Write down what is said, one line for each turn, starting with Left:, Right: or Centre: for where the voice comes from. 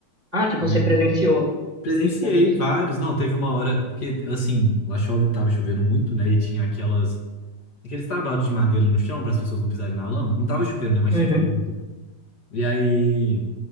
Right: Ah, tipo,
Left: E
Right: você presenciou
Left: presenciei
Right: os roubos.
Left: vários. Não, teve uma hora, porque assim, lá chove, tava chovendo muito, né? E tinha aquelas, aqueles tabados de madeira no chão para as pessoas não pisarem na lama. Não tava chovendo, né? Mas
Right: Uhum.
Left: tinha chovido. E aí